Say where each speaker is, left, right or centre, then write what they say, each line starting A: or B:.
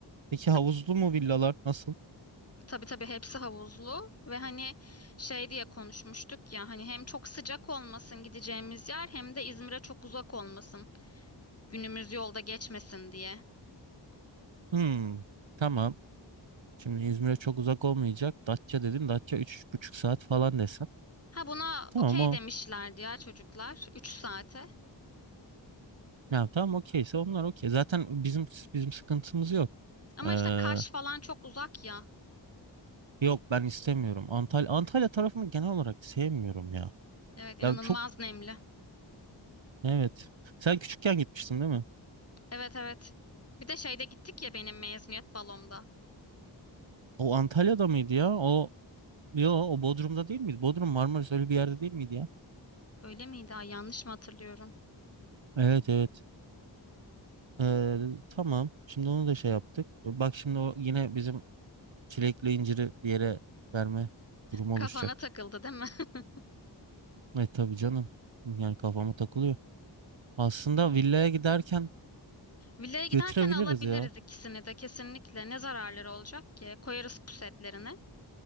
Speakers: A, on the right; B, on the left.
A: Peki
B: Tab-
A: havuzlu mu villalar nasıl?
B: Tabii tabii hepsi havuzlu ve hani şey diye konuşmuştuk ya hani hem çok sıcak olmasın gideceğimiz yer hem de İzmir'e çok uzak olmasın. Günümüz yolda geçmesin diye.
A: Hmm, tamam. Şimdi İzmir'e çok uzak olmayacak. Datça dedin. Datça üç buçuk saat falan desem.
B: Ha buna
A: Tamam
B: okey
A: o.
B: demişlerdi ya çocuklar. üç saate.
A: Ya tamam okeyse onlar okey. Zaten bizim bizim sıkıntımız yok.
B: Ama
A: Ee,
B: işte Kaş falan çok uzak ya.
A: yok ben istemiyorum. Antalya Antalya tarafını genel olarak sevmiyorum ya.
B: Evet inanılmaz
A: Ya çok
B: nemli.
A: Evet. Sen küçükken gitmiştin değil mi?
B: Evet evet. Bir de şeyde gittik ya benim mezuniyet balomda.
A: O Antalya'da mıydı ya? O yo o Bodrum'da değil miydi? Bodrum Marmaris öyle bir yerde değil miydi ya?
B: Öyle miydi? Ay yanlış mı hatırlıyorum?
A: Evet evet. Ee, tamam. Şimdi onu da şey yaptık. Bak şimdi o yine bizim çilekli inciri bir yere verme durumu
B: Kafana
A: oluşacak.
B: takıldı değil mi? <laughs>
A: E tabii canım. Yani kafama takılıyor. Aslında villaya giderken
B: Villaya giderken
A: götürebiliriz
B: alabiliriz
A: ya.
B: ikisini de kesinlikle. Ne zararları olacak ki? Koyarız pusetlerini.